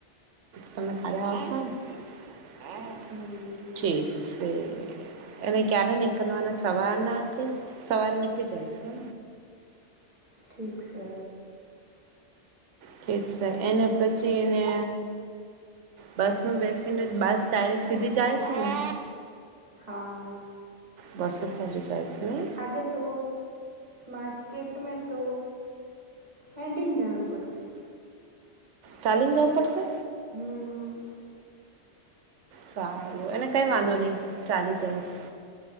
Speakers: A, on the right; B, on the right.
A: તમે ખાલી આવશો ને <unintelligible>
B: હમ
A: ઠીકસે એને ક્યારે નીકળવા અને સવાર ના સવારે નીકળી જાય છે
B: ઠીક છે
A: ઠીક છે એને પછી એને બસ માં બેસીને બસ ડાયરેક્ટ સીધી જાય છે ને?
B: હા
A: બસ સ બી <unintelligible> જાય છે ને
B: આગે તો, માર્કેટમાં તો હેડીને જાણું પડશે
A: ચાલી ને જવું પડશે.
B: હમ <inaudible>
A: સારું. એને કઈ વાંધો નઈ ચાલી જઈશ.